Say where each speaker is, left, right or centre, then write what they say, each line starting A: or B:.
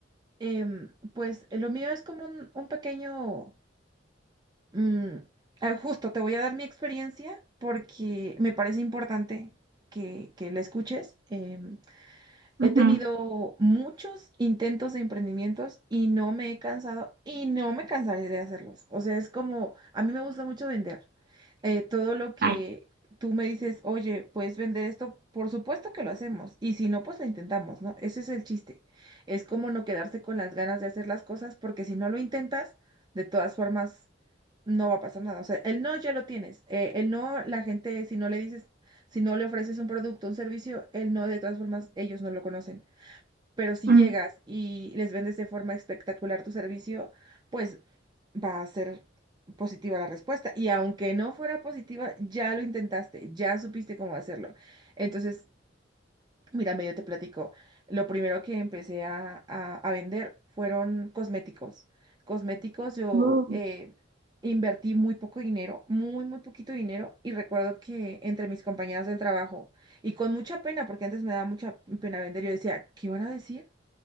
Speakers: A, on the right; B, on the right.
A: Em, pues eh, lo mío es como un un pequeño Mm, ah, justo te voy a dar mi experiencia porque me parece importante que, que la escuches. em,
B: Ujú.
A: He tenido muchos intentos de emprendimientos y no me he cansado y no me cansaré de hacerlos. O sea, es como, a mí me gusta mucho vender. Eh, todo lo que
B: Ay.
A: tú me dices, oye, puedes vender esto, por supuesto que lo hacemos. Y si no, pues lo intentamos, ¿no? Ese es el chiste. Es como no quedarse con las ganas de hacer las cosas porque si no lo intentas, de todas formas no va a pasar nada. O sea, el no ya lo tienes. Eh, el no, la gente, si no le dices si no le ofreces un producto, un servicio, él no, de todas formas, ellos no lo conocen. Pero si
B: Mm.
A: llegas y les vendes de forma espectacular tu servicio, pues va a ser positiva la respuesta. Y aunque no fuera positiva, ya lo intentaste, ya supiste cómo hacerlo. Entonces, Mira, medio te platico. Lo primero que empecé a, a- a vender fueron cosméticos. Cosméticos, yo
B: Mm.
A: eh, invertí muy poco dinero, muy, muy poquito dinero. Y recuerdo que entre mis compañeras del trabajo, y con mucha pena, porque antes me daba mucha pena vender, yo decía, ¿qué van a decir?